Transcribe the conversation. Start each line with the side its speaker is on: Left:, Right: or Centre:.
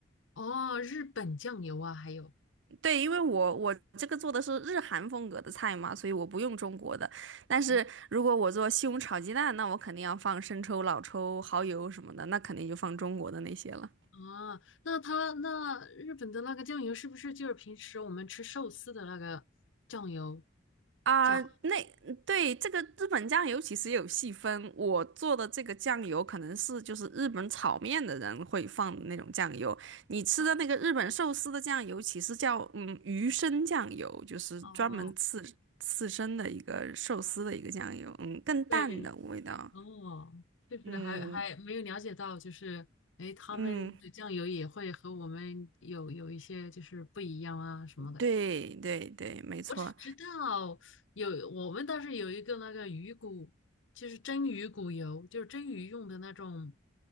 Left: 哦，日本酱油啊，还有。
Right: 对，因为我我这个做的是日韩风格的菜嘛，所以我不用中国的。但是如果我做西红柿炒鸡蛋，
Left: 啊。
Right: 那我肯定要放生抽、老抽、蚝油什么的，那肯定就放中国的那些了。
Left: 啊，那他那日本的那个酱油是不是就是平时我们吃寿司的那个酱油
Right: 啊，
Left: 加
Right: 那对这个日本酱油其实也有细分，我做的这个酱油可能是就是日本炒面的人会放的那种酱油，你吃的那个日本寿司的酱油其实叫嗯鱼生酱油，
Left: 啊？
Right: 就是专门刺刺身的一个寿司的一个酱油，
Left: 哦，
Right: 嗯，更淡的味道，
Left: 对，哦，就是还还没有了解到，
Right: 嗯
Left: 就是哎，诶他们的酱油也会和我们有有一些就是不一样啊什么的。
Right: 嗯，对对对，没错，
Left: 我只知道有我们倒是有一个那个鱼骨，就是蒸鱼骨油，就是蒸鱼用的那种，